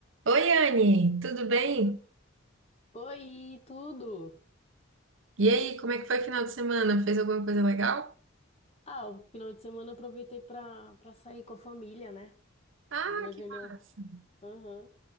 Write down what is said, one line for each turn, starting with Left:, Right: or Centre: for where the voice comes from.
Right: Oi, Anne, tudo bem?
Left: Oi, tudo?
Right: E aí, como é que foi o final de semana? Fez alguma coisa legal?
Left: Ah, o final de semana eu aproveitei pra, pra sair com a família, né?
Right: Ah,
Left: Eu Levei
Right: que
Left: minha.
Right: massa!
Left: Aham.